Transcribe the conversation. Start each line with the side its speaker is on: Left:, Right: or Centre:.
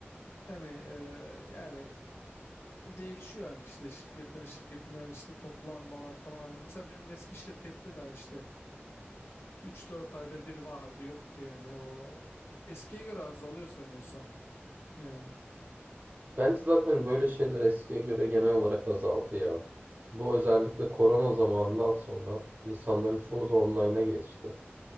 Left: yani e, yani değişiyor yani işte şirketten şirketine yani işte toplanmalar falan. Hani mesela benim eski şirkette de hani işte üç dört ayda bir vardı yoktu yani o eskiye göre azalıyor sanıyorsam yani.
Right: Bence zaten böyle şeyler eskiye göre genel olarak azaldı ya. Bu özellikle korona zamanından sonra insanların çoğu da online'a geçti.